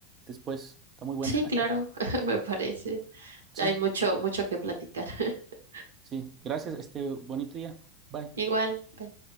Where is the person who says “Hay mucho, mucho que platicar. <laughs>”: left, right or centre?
Right